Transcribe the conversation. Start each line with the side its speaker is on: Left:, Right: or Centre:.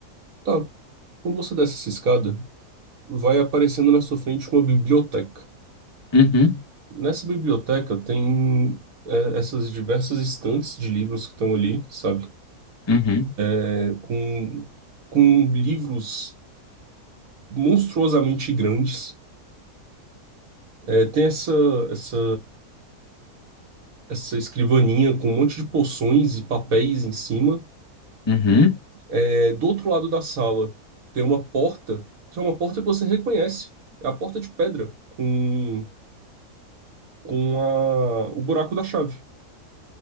Right: Tá, quando você desce essa escada, vai aparecendo na sua frente uma biblioteca.
Left: Uhum,
Right: Nessa biblioteca tem é, essas diversas estantes de livros que estão ali, sabe?
Left: uhum,
Right: É, com, com livros monstruosamente grandes. É, tem essa, essa essa escrivaninha com um monte de poções e papéis em cima.
Left: uhum.
Right: É, do outro lado da sala tem uma porta, que é uma porta que você reconhece. É a porta de pedra com, com a, o buraco da chave.